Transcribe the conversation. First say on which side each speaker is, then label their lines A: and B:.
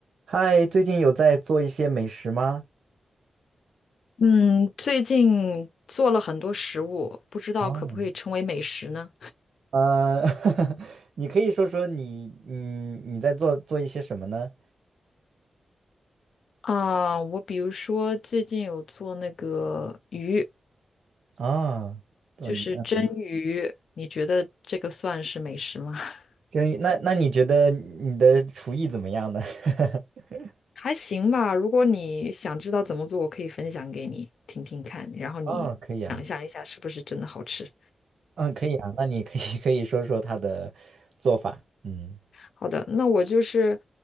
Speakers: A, on the right (about 75°); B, on the left (about 75°).
A: 嗨，最近有在做一些美食吗？
B: 嗯，最近做了很多食物，不知道可不可以称为美食呢？
A: 哦，呃，<laughs> 你可以说说你，嗯，你在做做一些什么呢？
B: 啊，我比如说最近有做那个鱼，
A: 啊，做鱼，
B: 就是蒸鱼，
A: 嗯
B: 你觉得这个算是美食吗？<laughs>
A: 真鱼那那你觉得你的厨艺怎么样呢？<laughs>
B: 还行吧，如果你想知道怎么做，我可以分享给你听听看，然后你想象一下是不是真的好吃。
A: 哦，可以啊，嗯，可以啊，那你可以 <laughs> 可以说说它的做法，嗯
B: 好的，那我就是，